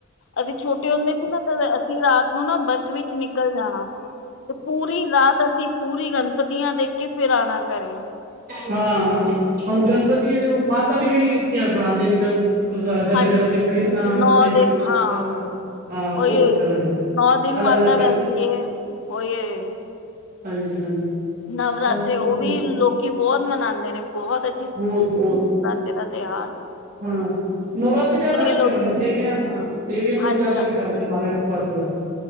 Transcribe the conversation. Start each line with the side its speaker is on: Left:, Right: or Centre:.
Left: ਅਸੀਂ ਛੋਟੇ ਹੁੰਦੇ ਸੀ ਨਾ ਅਸੀਂ ਰਾਤ ਨੂੰ ਨਾ ਬੱਸ ਵਿੱਚ ਨਿਕਲ ਜਾਣਾ, ਤੇ ਪੂਰੀ ਰਾਤ ਅਸੀਂ, ਪੂਰੀ ਪੂਰੀ ਗਣਪਤੀਆਂ ਦੇਖ ਕੇ ਫਿਰ ਆਣਾ, ਕਰੇ।
Right: ਹਾਂ ਹਾਂ ਹੁਣ ਗਣਪਤੀ ਮਾਤਾ ਵੀ ਜਿਹੜੀ, ਇਥੇ ਬਣਾਦੇ ਦੇ ਨੇ ਇਧਰ ਜਗ੍ਹਾ
Left: ਹਾਂਜੀ
Right: ਜਗ੍ਹਾ ਤੇ ਫਿਰਨਾ,
Left: ਨੌ
Right: ਮੱਥੇ
Left: ਦਿਨ
Right: ਟੇਕਣਾ
Left: ਹਾਂ
Right: ਕਰਨਾ ਹਾਂ, ਬਹੁਤ
Left: ਉਹੀ ਉਹੀ
Right: ਅੱਛਾ ਲੱਗਦੈ,
Left: ਨੌ ਦਿਨ
Right: ਅਲੱਗ
Left: ਮਾਤਾ
Right: ਅਲੱਗ
Left: ਬਹਿੰਦੀ
Right: ਕਰ
Left: ਹੈ ਉਹੀ ਏ
Right: ਹਾਂਜੀ -ਹਾਂਜੀ।
Left: ਨਵਰਾਤਰੇ
Right: ਬਸ
Left: ਉਹ
Right: ਬਹੁਤ,
Left: ਵੀ ਲੋਕੀ ਬਹੁਤ ਮਨਾਂਦੇ ਨੇ। ਬਹੁਤ ਅ
Right: ਬੋਤ-ਬੋਤ-ਬੋਤ।
Left: <unintelligible> ਦਾ ਤਿਹਾਰ
Right: ਹਾਂ। ਨਵਰਾਤੇ ਜਾਦਾ ਅੱਛੇ
Left: ਲੋਕੀ
Right: ਬਣੇ ਦੇਵੀਆਂ ਹਾਂ, ਦੇਵੀਆਂ ਥੋੜੀ
Left: ਹਾਂਜੀ
Right: ਜਾਦਾ
Left: ਹਾਂਜੀ
Right: ਬਿਠਾ ਦੇਂਨੇ ਮਹਾਰਾਸ਼ਟਰ ਪਾਸੇ ਵ